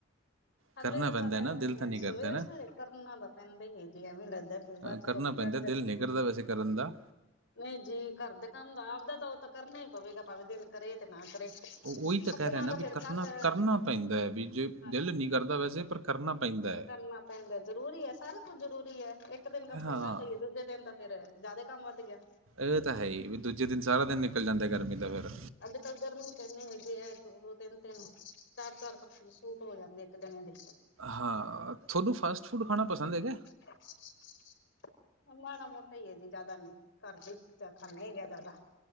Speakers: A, on the left; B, on the right.
A: ਹਲੇੇ
B: ਕਰਨਾ
A: ਤੇ
B: ਪੈਂਦਾ
A: ਚੱਲ ਐਵੇਂ
B: ਨਾ ਦਿਲ ਤਾਂ
A: ਹੈ
B: ਨਹੀਂ
A: ਸਵੇਰੇ
B: ਕਰਦਾ ਨਾ
A: ਸਵੇਰੇ ਕਰਨਾ ਤਾਂ ਪੈਂਦਾ ਈ ਏ ਜੀ ਐਵੇਂ ਲੈਂਦਾ ਏ ਫਿਰ ਬਾਦ
B: ਅ,
A: ਚ
B: ਕਰਨਾ
A: ਧੁੱਪ
B: ਪੈਂਦਾ
A: ਚੜ
B: ਏ ਦਿਲ ਨੀ ਕਰਦਾ ਵੈਸੇ ਕਰਨ ਦਾ।
A: ਨਈ ਜੀ ਘਰ ਦੇ ਕੰਮ ਦਾ ਆਪਦਾ ਤਾਂ ਓ ਤਾਂ ਕਰਨਾ ਈ ਪਵੇਗਾ ਭਾਵੇਂ ਦਿਲ ਕਰੇ ਤੇ ਨਾ ਕਰੇ
B: ਓ ਓਈ ਤਾਂ ਕੈ
A: ਅੱਜ
B: ਰੇਆ ਨਾ ਵੀ
A: ਫਿਰ
B: ਕਰਨਾ
A: ਕੱਲ
B: ਕਰਨਾ ਪੈਂਦਾ ਏ ਵੀ ਜੇ
A: ਹਾਂਜੀ
B: ਦਿਲ ਨੀ ਕਰਦਾ ਵੈਸੇ ਪਰ ਕਰਨਾ ਪੈਂਦਾ।
A: ਕਰਨਾ ਪੈਂਦਾ ਜਰੂਰੀ ਐ ਸਾਰਾ ਕੁੱਝ ਜ਼ਰੂਰੀ ਐ ਇੱਕ ਦਿਨ
B: ਹੈ
A: ਕੱਪੜੇ
B: ਹਾਂ
A: ਨਾ ਧੋਈਏ ਦੂਜੇ ਦਿਨ ਤਾਂ ਫੇਰ, ਜਿਆਦਾ ਕੰਮ ਵੱਧ ਗਿਆ।
B: ਇਹ ਤਾਂ ਹੈ ਹੀ ਵੀ ਦੂਜੇ ਦਿਨ ਸਾਰਾ ਦਿਨ ਨਿਕਲ ਜਾਂਦਾ ਗਰਮੀ ਦਾ ਫੇਰ।
A: ਕਲ ਗਰਮੀ ਵੀ ਤੇ ਐਨੀ ਹੈਗੀ ਹੈ, ਦੋ- ਦੋ ਤਿੰਨ- ਤਿੰਨ ਚਾਰ- ਚਾਰ ਕੱਪੜੇ ਸੂਟ ਹੋ ਜਾਂਦੇ ਇੱਕ ਜਨੇ ਦੇ।
B: ਹਾਂ ਤੁਹਾਨੂੰ ਫਾਸਟ ਫੂਡ ਖਾਣਾ ਪਸੰਦ ਹੈਗਾ।
A: ਅ <unintelligible> ਮਾੜਾ ਮੋਟਾ ਈ ਹੈ ਜੀ ਜਿਆਦਾ ਨੀ, ਘਰ ਦਾ ਈ ਖਾਨੇ ਹੈਗੇ ਆ ਜਿਆਦਾ।